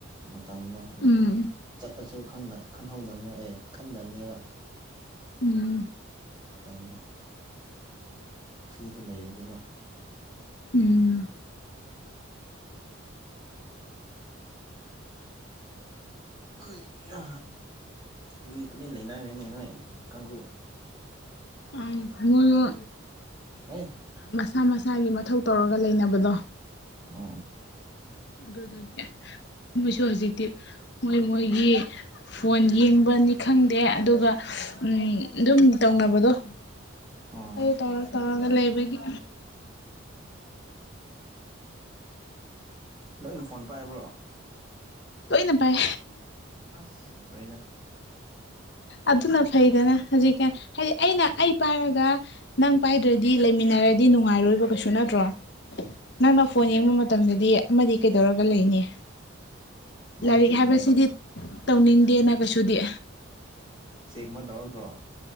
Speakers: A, on the right; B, on the left.
A: ꯃꯇꯝꯗꯣ ꯑꯗꯨꯒꯤ
B: ꯎꯝ
A: ꯆꯠꯄꯁꯨ ꯈꯪꯅ ꯈꯪꯍꯧꯗꯕꯅꯦꯕ ꯑꯦ ꯈꯪꯗꯕꯅꯦꯕ
B: ꯎꯝ
A: ꯃꯇꯝꯗꯣ ꯐꯤꯗꯤ ꯂꯩꯔꯗꯤꯀꯣ
B: ꯎꯝ
A: ꯀꯩꯒꯤꯔꯥ ꯍꯧꯖꯤꯀꯤ ꯇꯨꯃꯤꯟꯅ ꯂꯩꯅꯔꯦꯅꯦ ꯅꯣꯏ ꯀꯥꯡꯒꯨ
B: ꯎꯝ ꯃꯣꯢꯔꯣ
A: ꯍꯩ
B: ꯃꯁꯥ ꯃꯁꯥꯒꯤ ꯃꯊꯧ ꯇꯧꯔꯒ ꯂꯩꯅꯕꯗꯣ
A: ꯑꯣꯥ
B: ꯑꯗꯨꯗꯒꯤ ꯃꯣꯏꯁꯨ ꯍꯧꯖꯤꯛꯇꯤ ꯃꯣꯏ ꯃꯣꯏꯒꯤ ꯐꯣꯟ ꯌꯦꯡꯕꯅꯤ ꯈꯪꯗꯦ ꯑꯗꯨꯒ ꯎꯝ ꯑꯗꯨꯝ ꯇꯧꯅꯕꯗꯣ
A: ꯑꯣ
B: ꯑꯗꯨ ꯇꯩꯔ ꯇꯧꯔ ꯂꯩꯕꯒꯤ
A: ꯂꯣꯏꯅ ꯐꯣꯟ ꯄꯥꯏꯕ꯭ꯔꯣ
B: ꯂꯣꯏꯅ ꯄꯥꯏ
A: ꯑꯁ ꯂꯣꯏꯔꯦꯗ
B: ꯑꯗꯨꯅ ꯐꯩꯗꯦꯅ ꯍꯧꯖꯤꯛꯀꯥꯟ ꯍꯥꯏꯗꯤ ꯑꯩꯅ ꯑꯩ ꯄꯥꯏꯔꯒ ꯅꯪ ꯄꯥꯏꯗ꯭ꯔꯗꯤ ꯂꯩꯃꯤꯟꯅꯔꯗꯤ ꯅꯨꯡꯉꯥꯏꯔꯣꯏꯕ ꯀꯩꯁꯨ ꯅꯠꯇ꯭ꯔꯣ ꯅꯪꯅ ꯐꯣꯟ ꯌꯦꯡꯕ ꯃꯇꯝꯗꯗꯤ ꯑꯃꯗꯤ ꯀꯩꯗꯧꯔꯒ ꯂꯩꯅꯤ
A: ꯃꯣꯏ
B: ꯂꯥꯏꯔꯤꯛ
A: ꯆꯦꯛꯀꯨꯝꯕ
B: ꯍꯥꯏꯕꯁꯤꯗꯤ
A: ꯇꯧ
B: ꯇꯧꯅꯤꯡꯗꯦꯅ ꯀꯩꯁꯨꯗꯤ
A: ꯆꯦꯛ ꯑꯃ ꯇꯧꯔꯛꯇ꯭ꯔꯣ